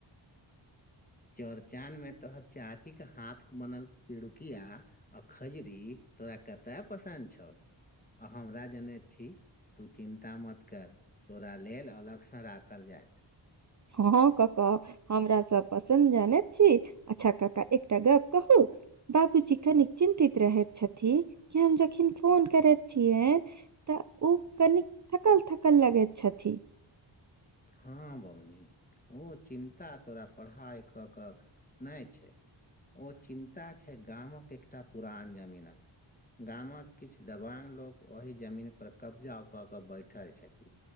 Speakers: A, on the left; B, on the right.
A: चौरचन मे तोर चाची के हाथ बनल पिड़ुकिया आ खजरी तोरा कतय पसन्द छौ आ हमरा जनै छी तू चिन्ता मत कर तोरा लेल अलगसँ राखल जायत
B: हँ ककाऽ हमरा सभ पसन्द जानैत छी अच्छा क का एकटा गप कहू बाबूजी कनिक चिन्तित रहैत छथि कि हम जखन फोन करैत छियैन तऽ ओ कनी थकल थकल लगैत छथिन
A: हँ बबुनी ओ चिन्ता तोरा पढ़ाइ कऽ कऽ नहि छै ओ चिन्ता छै गामक एकटा पुरान जमीनक गामक किछ दबांग लोक ओहि जमीन पर कब्जा कऽ कऽ बैठल छथिन